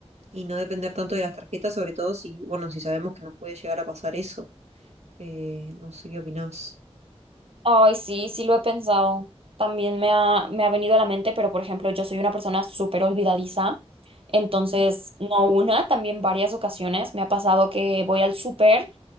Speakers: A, on the right; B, on the right.
A: y no depender tanto de las tarjetas, sobre todo si, bueno, si sabemos que nos puede llegar a pasar eso. Eh, no sé qué opinás.
B: Ay, sí, sí lo he pensado. También me ha, me ha venido a la mente, pero por ejemplo, yo soy una persona súper olvidadiza. Entonces,
A: Ujú,
B: no una, también varias ocasiones me ha pasado que voy al súper,